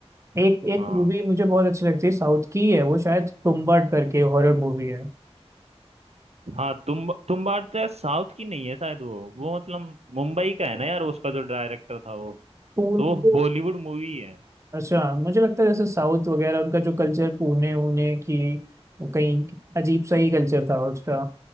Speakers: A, on the right (about 25°); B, on the right (about 75°).
A: एक एक
B: हाँ
A: मूवी मुझे बहुत अच्छी लगती है साउथ की है वो शायद तुम्बाड करके हॉरर मूवी है
B: हाँ तुम तुम बार तो यार साउथ की नहीं है शायद वो वो मतलब मुंबई का है ना यार उसका जो डायरेक्टर था वो
A: तो
B: तो वो बॉलीवुड मूवी है
A: अच्छा मुझे लगता है जैसे साउथ वगैरह उनका जो कल्चर पुणे उने की वो कहीं अजीब सा ही कल्चर था उसका